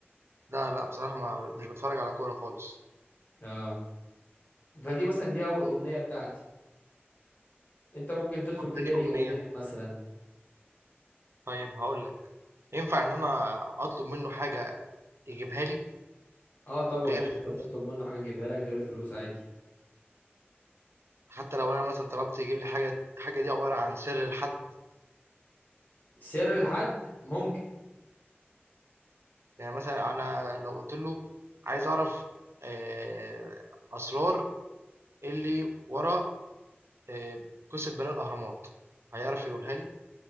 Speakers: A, on the right; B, on the left.
A: لا، لأ بصراحة ما مش باتفرّج على كورة خالص.
B: اه فدي مثلا دي اول امنيه بتاعتي انت ممكن تطلب
A: طب
B: ايه
A: تاني
B: تاني
A: أمنية؟
B: امنيه مثلا
A: طيب هاقول لك، ينفع إن أنا أطلب منه حاجة يجيبها لي
B: اه طبعا
A: غير
B: ينفع
A: الفلوس؟
B: تطلب منه حاجه يجيبها لك غير الفلوس عادي
A: حتى لو أنا مثلًا طلبت يجيب لي حاجة الحاجة دي عبارة عن سر لحد،
B: سر لحد ممكن
A: يعني مثلًا أنا لو قُلت له عايز أعرف آآ أسرار اللي ورا آآ قصة بناء الأهرامات، هيعرف يقولها لي؟